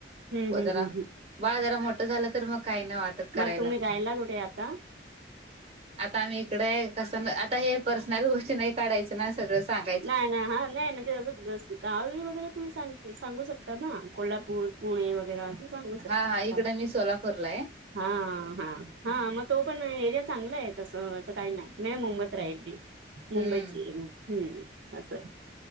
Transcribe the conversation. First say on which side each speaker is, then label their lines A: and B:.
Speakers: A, on the right; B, on the right.
A: हम्म
B: हो
A: हम्म
B: जरा
A: हम्म हम्
B: बाळा जरा मोठ झालं तर मग काही नाही वाटत करायला.
A: मग तुम्ही राहायला कुठे आता
B: आता आम्ही इकडे कसं आता हे पर्सनल गोष्टी नाही. काढायं ना सगळं सांग
A: नाही नाही हा नाही म्हणजे ह व्यवस्थित गावेळी वगैरे तुम्ही सांग सांगू शकताात ना कोल्हापूर पुणे वगैरे सांगू शकता
B: हा हा इकडे मी सोलापूरला आहे.
A: हा हा हा मग तो पण एरिया चांगला आहे तसं काही नाही मी मुंबईत राहिली. मुंबईची
B: हम्म
A: हम्म असं आहे